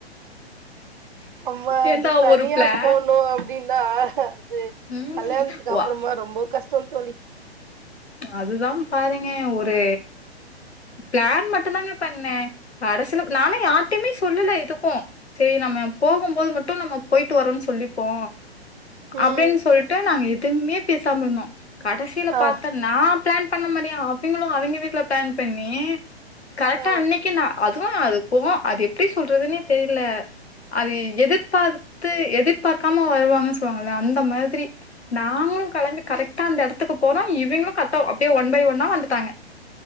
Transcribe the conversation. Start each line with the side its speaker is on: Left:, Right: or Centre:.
Right: அம்ப
Left: ஏன்டா
Right: அது தனி
Left: ஒரு பிளா
Right: யா போனு அப்டின்தா அது
Left: ம்
Right: கல்யாண்த்துக்கு
Left: வா
Right: அப்புறமா ரொம்போ கஷ்டோ தோழி
Left: அதுதா பாருங்க ஒரு பிளான் மட்டு தாங்க பண்ணே அரசியல நானு யாருட்டியுமே சொல்லல எதுக்கு செரி நம்ம போகு போது மட்டு நம்ம போயிட்டு வரோன் சொல்லிப்போ
Right: ம்
Left: அப்டின் சொல்ட்டு நாங்க எதுவுமே பேசாம இருந்தோ கடசில
Right: ஆ
Left: பாத் நா பிளான் பண்ண மாரி அவிங்களு அவிங்க வீட்ல பிளான் பண்ணி கரெக்டா
Right: ஆ
Left: அன்னைக்கி நா அதுவு அது போ அது எப்டி சொல்றதுன்னே தெரியில அது எதிர்பார்த்து எதிர்பார்க்காம வருவாங்கன் சொல்லுவாங்கல்ல அந்த மாதிரி நாங்களு கெளம்பி கரெக்டா அந்த எடத்துக்கு போறோ இவிங்களு கரெட்டா அப்டியே ஒன் பை ஒன்னா வந்துட்டாங்க